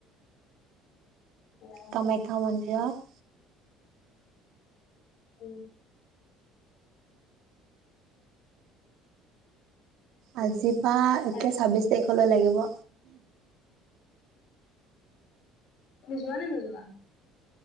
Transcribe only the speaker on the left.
জানো
উম
তাক
তুমি যোৱা নে ন যোৱা?